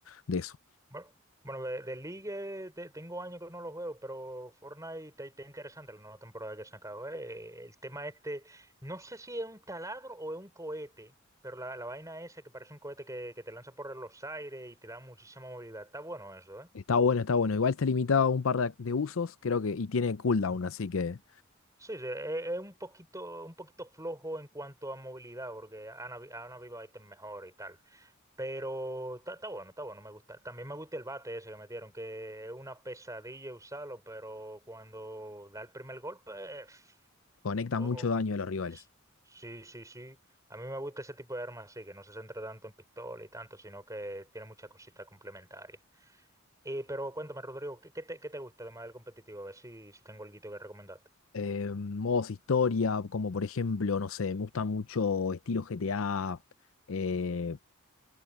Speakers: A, on the left; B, on the right.
A: de eso.
B: Bueno, bueno, de, de League te- tengo años que no lo juego, pero Fortnite está está interesante la nueva temporada que se acabó. El tema este, no sé si es un taladro o es un cohete, pero la, la vaina esa que parece un cohete que, que te lanza por los aires y te da muchísima movilidad. Está bueno eso, ¿eh?
A: Está bueno, está bueno. Igual está limitado a un par de, de usos, creo que, y tiene cooldown, así que
B: Sí, sí, es es un poquito, un poquito flojo en cuanto a movilidad, porque han, habi- han habido ítems mejores y tal. Pero está, está bueno, está bueno, me gusta. También me gusta el bate ese que metieron, que es una pesadilla usarlo, pero cuando da el primer golpe,
A: conecta
B: <sniffs> oh,
A: mucho
B: oh,
A: daño a los rivales.
B: sí, sí, sí. A mí me gusta ese tipo de armas así, que no se centra tanto en pistola y tanto, sino que tiene muchas cositas complementarias. Eh, pero cuéntame, Rodrigo, ¿qué, qué te, qué te gusta además del competitivo? A ver si, si tengo algo que recomendar.
A: eh, modos historia, como por ejemplo, no sé, me gusta mucho estilo GTA. eh,